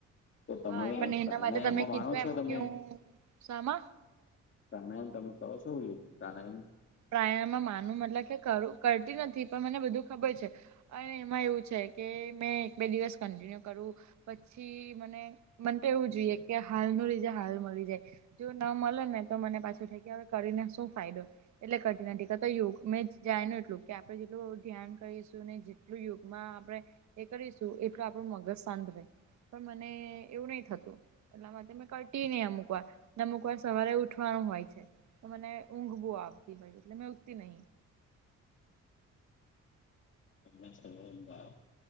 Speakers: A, on the left; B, on the right.
A: તો તમે
B: હા પણ એના
A: પ્રણાયમમાં
B: માટે તમે
A: માણો
B: કીધું
A: છો
B: એમ
A: તમે
B: કે હું શામાં
A: તમે તમે કરો છો એવું પ્રાણાયામ
B: પ્રાયામમાં માનુંવું મતલબ કે કરતી નથી પણ મને બધું ખબર છે અને એમાં એવું છે કે મેં એક બે દિવસ કન્ટિન્યુ કરું પછી મને મને તો એવું જોઈએ કે હાલ નુ રિઝલ્ટ હાલ મળી જાય જો ન મલે ને તો મને પાછી થઈ જાય કરીને શું ફાયદો એટલે કરતી નથી કાતો યોગ મેં જાયણૂ કે આપણે જેટલું ધ્યાન કરીશું ને જેટલું યોગમાં આપણે એ કરીશું એટલું આપણું મગજ સાંત રે, પણ મને એવું નહી થતું એટલામાં મેં કરટી ની અમુક વાર અમુક વાર સવારે ઉઠવાનું હોય છે તો મને ઊંઘ બું આવતી હોય એટલે મેં ઉઠતી નહિ
A: એમને સવનદા